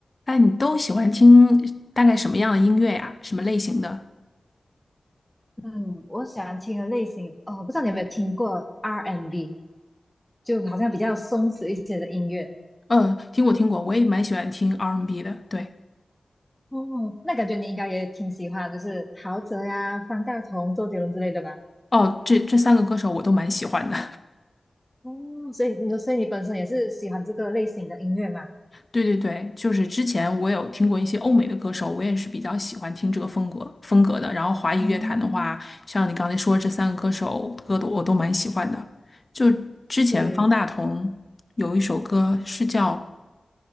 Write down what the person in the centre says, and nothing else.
嗯，我喜欢听的类型，哦，我不知道你有没有听过 R&B，就好像比较松弛一些的音乐。
哦，那感觉你应该也挺喜欢，就是陶喆呀、方大同、周杰伦之类的吧？
哦，所以你所以你本身也是喜欢这个类型的音乐嘛？
嗯，
对，